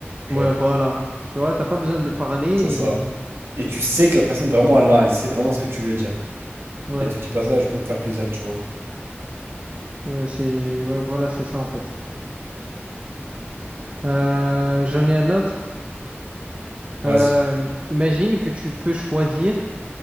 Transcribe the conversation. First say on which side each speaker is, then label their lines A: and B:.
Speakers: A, on the right; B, on the right.
A: tu
B: Ouais,
A: vois.
B: voilà. Tu vois, t'as pas besoin de parler et...
A: Ça, ça. Et tu sais que la personne vraiment, elle a, elle sait vraiment ce que tu veux dire.
B: Ouais,
A: Et elle te dit pas ça juste pour te faire plaisir, tu vois.
B: ouais, c'est... Ouais, voilà, c'est ça, en fait. Euh, j'en ai un autre.
A: Vas-y.
B: Euh, imagine que tu peux choisir